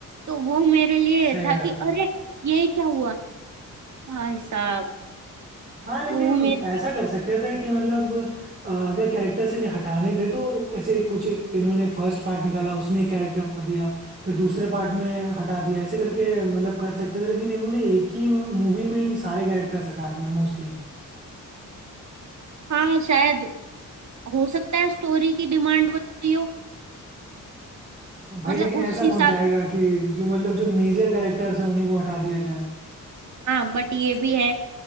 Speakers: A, on the right; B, on the right.
A: तो वो मेरे लिए
B: सही
A: था
B: बात
A: कि
B: है
A: अरे ये क्या हुआ भाई साहब
B: हाँ लेकिन
A: तो वो मेरे
B: ऐसा कर सकते थे कि मतलब अ, अगर कैरेक्टर्स इन्हें हटाने थे तो ऐसे कुछ इन्होंने फर्स्ट पार्ट निकाला उसमें एक कैरेक्टर दिया फिर दूसरे पार्ट में हटा दिया ऐसे करके मतलब कर सकते थे लेकिन इन्होंने एक ही मूवी में ही सारे कैरेक्टर्स हटा दिए मोस्टली
A: हाँ शायद हो सकता है स्टोरी की डिमांड वही हो
B: भाई
A: मतलब
B: लेकिन
A: उस
B: ऐसा
A: हिसाब
B: कौन चाहेगा
A: से
B: कि जो मतलब जो मेजर कैरेक्टर्स हैं उन्हीं को हटा दिया जाए
A: हाँ बट ये भी है